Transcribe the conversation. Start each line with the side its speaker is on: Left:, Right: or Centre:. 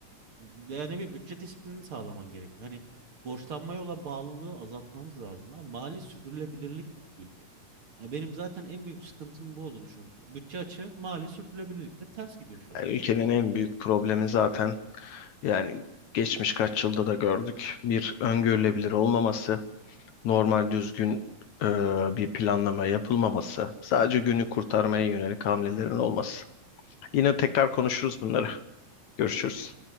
Right: Yani bir bütçe disiplini sağlaman gerekiyor. Hani borçlanmaya olan bağlılığı azaltmamız lazım. Abi. Mali sürdürülebilirlik yok bu ülkede. Ya benim zaten en büyük sıkıntının bu olduğunu düşünüyorum. Bütçe açığı mali sürdürülebilirlikle ters gidiyor şu
Left: Yani
Right: an.
Left: ülkenin en büyük problemi zaten yani geçmiş kaç yılda da gördük. Bir öngörülebilir olmaması, normal düzgün e, bir planlama yapılmaması, sadece günü kurtarmaya yönelik hamlelerin olması. Yine tekrar konuşuruz bunları. Görüşürüz.